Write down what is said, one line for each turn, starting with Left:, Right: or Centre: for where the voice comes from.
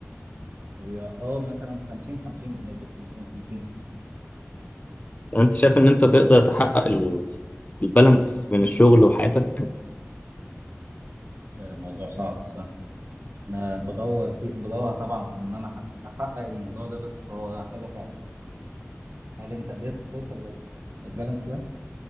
Right: هي اه مثلا 50 50 بنسبه 50 50
Left: يعني أنت شايف إن أنت تقدر تحقق ال- البالانس بين الشغل وحياتك؟
Right: آه، موضوع صعب الصراحه انا بدور في بدور طبعا على ان انا احقق الموضوع ده بس هو حاجه صعبه هل انت قدرت توصل لل- للبالانس ده